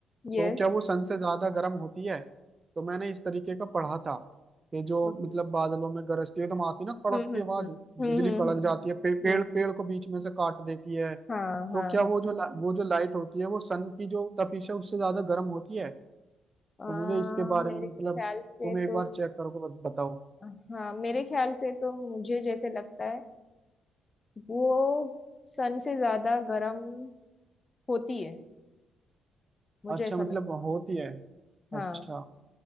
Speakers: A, on the left (about 30°); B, on the right (about 30°).
A: Yes
B: तो क्या वो सन से ज्यादा गर्म होती है तो मैंने इस तरीके का पढ़ा था कि जो
A: Okay
B: मतलब बादलों में गरजती है तो आती है ना कड़क
A: Hmm
B: की
A: hmm
B: आवाज
A: hmm
B: बिजली
A: hmm
B: कड़क
A: hmm
B: जाती है पे, पेड़
A: hmm, hmm,
B: पेड़ को बीच में से काट देती है
A: हाँ
B: तो
A: हाँ
B: क्या
A: हाँ
B: वो जो ला- वो जो लाइट होती है वो सन की जो तपिश है उससे ज्यादा गर्म होती है
A: अ,
B: तो मुझे इसके बारे
A: मेरे
B: में
A: ख्याल
B: मतलब
A: से
B: तुम
A: तो
B: एक बार चेक करो बत- बताओ
A: हाँ मेरे ख्याल से तो मुझे जैसे लगता है वो सन से ज्यादा गर्म होती है मुझे
B: अच्छा
A: ऐसा
B: मतलब
A: लगता
B: होती है
A: है
B: अच्छा
A: हाँ